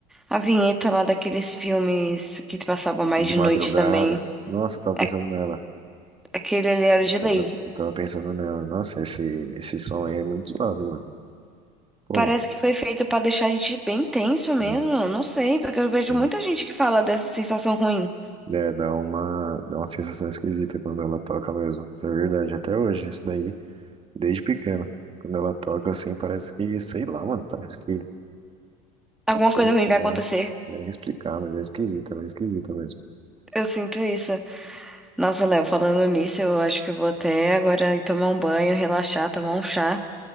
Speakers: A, in the centre; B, on the right.
A: A vinheta lá daqueles filmes que passavam mais
B: De
A: de
B: madrugada.
A: noite também.
B: Nossa, eu tava
A: a-
B: pensando nela.
A: Aquele ali era
B: Eu
A: de
B: tava,
A: lei.
B: eu tava pensando nela. Nossa, esse, esse som aí é muito zoado, mano. Pô,
A: Parece que foi feito pra deixar a gente bem tenso mesmo.
B: hum,
A: Eu não sei, porque eu vejo
B: hum.
A: muita gente que fala dessa sensação ruim.
B: É, dá uma, dá uma sensação esquisita quando ela toca mesmo. Isso é verdade, até hoje, isso daí, desde pequeno. Quando ela toca assim, parece que, sei lá, mano, parece que.
A: Alguma
B: Não sei,
A: coisa ruim
B: cara,
A: vai acontecer.
B: é, é explicar, mas é esquisita, ela é esquisita mesmo.
A: Eu sinto isso. Nossa, Léo, falando nisso, eu acho que eu vou até agora ir tomar um banho, relaxar, tomar um chá.